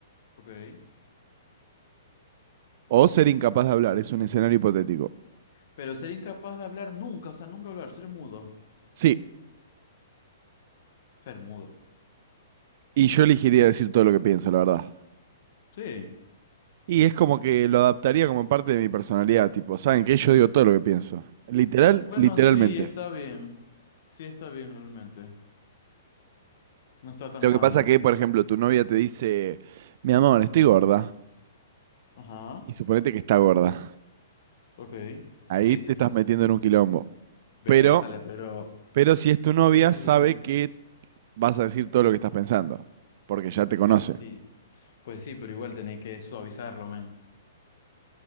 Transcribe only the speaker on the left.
Ok.
Pero ser incapaz de hablar nunca, o sea, nunca hablar, ser mudo,
ser mudo.
Sí,
bueno,
sí, está bien, sí está bien realmente. No está tan
mal.
Ajá,
ok.
Sí,
sí estás.
Vértale, pero...
Diosito.
Pues sí, pues sí, pero igual tenés que suavizarlo, men.